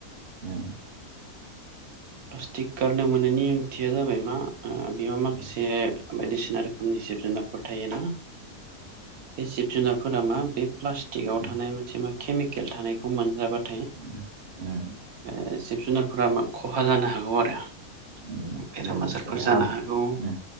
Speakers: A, on the right; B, on the right.
A: उम
B: प्लास्टिक गारनो मोनैनि ओंथिया जाबाय मा बेयाव माखासे
A: उम
B: बायदिसिना रोखोमनि जिब जुनारफोर थायोना बे जिब जुनारफो फोरा मा बे प्लास्टिकआव
A: उम
B: थानाय मोनसे मा केमिकेल थानायखौ मोनजाबा
A: <unintelligible> उम
B: ओ जिब जुनारफोरा मा खहा जानो हागौ आरो।
A: उम
B: बेराम
A: लोगोसे
B: आजारफोर जानो
A: आबा
B: हागौ।
A: उम